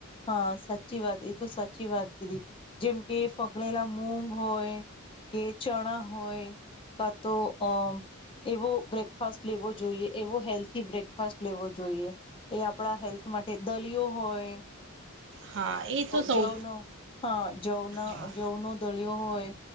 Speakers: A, on the left; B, on the right.
A: હા, સાચી વાત એ તો સાચી વાત કીધી જેમ કે, ફગડેલા મૂગ હોય કે ચણા હોય, કા તો અમ એવો બ્રેકફાસ્ટ લેવો જોઈએ. એવો હેલ્થી બ્રેકફાસ્ટ લેવો જોઈએ. એ આપણા હેલ્થ માટે દલિયો હોય
B: હા એ તો સૌ
A: જવનો હા જવ
B: હા
A: જવનો દળિયો હોય